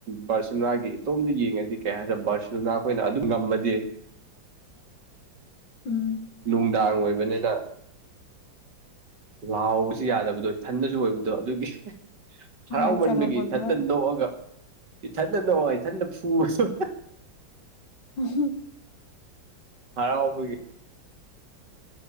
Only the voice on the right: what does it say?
ꯕꯥꯔꯁꯤꯂꯅꯥꯒꯤ ꯏꯇꯣꯝꯗ ꯌꯦꯡꯉꯗꯤ ꯀꯩ ꯍꯥꯏꯔ꯭ꯔꯦ ꯕꯥꯔꯁꯤꯂꯅꯥ ꯑꯩꯈꯣꯏꯅ ꯑꯗꯨꯝ ꯉ ꯑꯃꯗꯤ
ꯅꯨꯡꯗꯥꯡ ꯑꯣꯏꯕꯅꯤꯅ ꯂꯥꯎꯕꯁꯨ ꯌꯥꯗꯕꯗꯣ ꯏꯊꯟꯗꯁꯨ ꯑꯣꯏꯕꯗꯣ ꯑꯗꯨꯒꯤ
ꯍꯔꯥꯎꯃꯟꯕꯒꯤ
ꯏꯊꯟꯇ ꯅꯣꯛꯑꯒ ꯏꯊꯟꯗ ꯅꯣꯡ ꯏꯊꯟꯗ ꯐꯨꯔꯁꯨ
ꯍꯔꯥꯎꯕꯨꯒꯤ